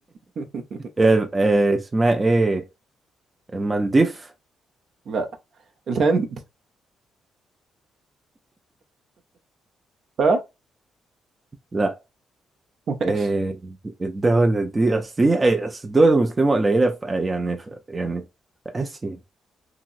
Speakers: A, on the right (about 60°); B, on the right (about 25°).
A: <laughs>
B: آه، آه، اسمها ايه المالديف
A: لا الهند ها
B: لا
A: ماشي
B: آه، الدولة دي اصل هي- اصل الدول المسلمة قليلة في يعني في يعني في آسيا